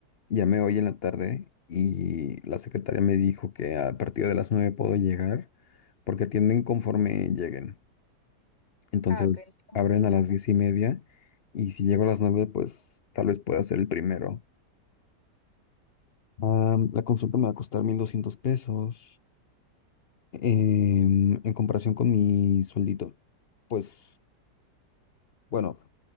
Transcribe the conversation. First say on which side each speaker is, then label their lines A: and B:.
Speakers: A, on the left (about 45°); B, on the left (about 25°).
A: llamé hoy en la tarde y la secretaria me dijo que a partir de las 9 puedo llegar porque atienden conforme lleguen. Entonces
B: Ah, ok, es como
A: abren
B: cita.
A: a las diez y media y si llego a las nueve, pues tal vez pueda ser el primero. Ah, la consulta me va a costar 1.200 pesos em, en comparación con mi sueldito. Pues bueno,